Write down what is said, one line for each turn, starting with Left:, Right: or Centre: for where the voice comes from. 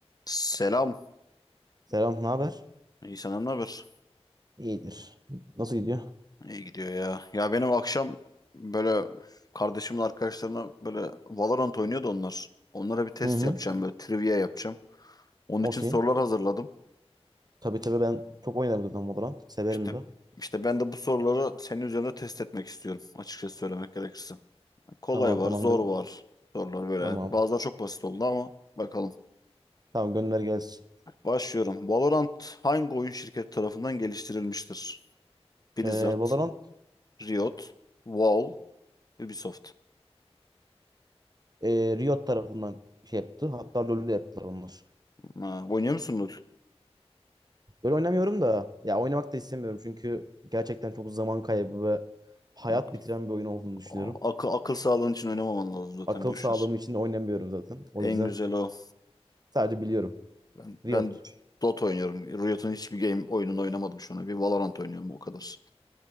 Left: Selam.
Right: Selam, ne haber?
Left: İyi senden ne haber?
Right: İyidir. Nasıl gidiyor?
Left: İyi gidiyor ya. Ya benim akşam böyle kardeşimin arkadaşlarına böyle Valorant oynuyordu onlar. Onlara bir test
Right: Hı hı.
Left: yapacağım böyle trivia yapacağım. Onun
Right: Okey.
Left: için sorular hazırladım.
Right: Tabii tabii ben çok oynarım zaten Valorant. Severim
Left: İşte
Right: de.
Left: işte ben de bu soruları senin üzerinde test etmek istiyorum açıkçası söylemek gerekirse. Kolay
Right: Tamam
Left: var,
Right: tamam
Left: zor
Right: gö
Left: var sorular böyle.
Right: tamam.
Left: Bazıları çok basit oldu ama bakalım.
Right: Tamam gönder gelsin.
Left: Başlıyorum. Valorant hangi oyun şirketi tarafından geliştirilmiştir? Blizzard,
Right: Ee, Valorant
Left: Riot, Valve, Ubisoft.
Right: e, Riot tarafından şey yaptı. Hatta LoL'ü de yaptılar onlar.
Left: Ha, oynuyor musun LoL?
Right: LoL oynamıyorum da ya oynamak da istemiyorum çünkü gerçekten çok zaman kaybı ve hayat
Left: Yok.
Right: bitiren bir oyun olduğunu düşünüyorum.
Left: A- Akıl, akıl sağlığın için oynamaman lazım zaten
Right: Akıl
Left: boş
Right: sağlığım
Left: ver.
Right: için de oynamıyorum zaten. O
Left: En
Right: yüzden
Left: güzel o.
Right: sadece biliyorum.
Left: Ben ben
Right: Riot.
Left: Dota oynuyorum. Riot'un hiçbir game oyununu oynamadım şu ana. Bir Valorant oynuyorum o kadar.